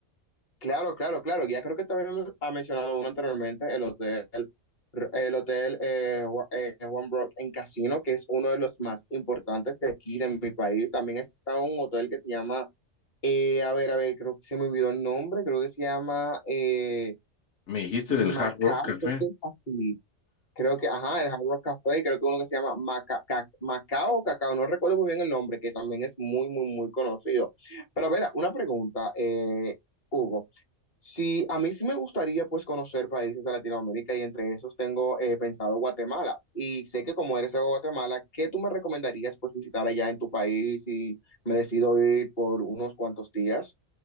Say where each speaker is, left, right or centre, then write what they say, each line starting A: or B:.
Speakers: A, on the left; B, on the left.
A: Claro, claro, claro. Ya creo que también ha mencionado uno anteriormente, el hotel, el hotel eh, Ju- eh, Juan Brock en Casino, que es uno de los más importantes de aquí, de mi país. También está un hotel que se llama, eh, a ver, a ver, creo que se me olvidó el nombre, creo que se llama eh,
B: Me dijiste
A: Macao,
B: del Hard Rock Café.
A: creo que es así. Creo que, ajá, el Hard Rock Café, creo que uno que se llama Maca- Ca- Macao, Cacao, no recuerdo muy bien el nombre, que también es muy, muy, muy conocido. Pero, a ver, una pregunta, eh, Hugo. Sí, a mí sí me gustaría pues conocer países de Latinoamérica y entre esos tengo eh, pensado Guatemala. Y sé que como eres de Guatemala, ¿qué tú me recomendarías pues visitar allá en tu país y me decido ir por unos cuantos días?